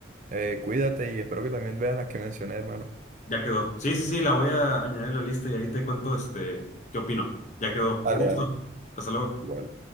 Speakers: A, on the right (about 40°); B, on the left (about 40°).
A: Eh, cuídate y espero que también veas las que mencioné, hermano.
B: ya quedó. Sí, sí, sí, la voy a añadir a la lista y ahí te cuento, este, qué opino. Ya quedó, un
A: Dale,
B: gusto.
A: dale.
B: Hasta luego.
A: Igual.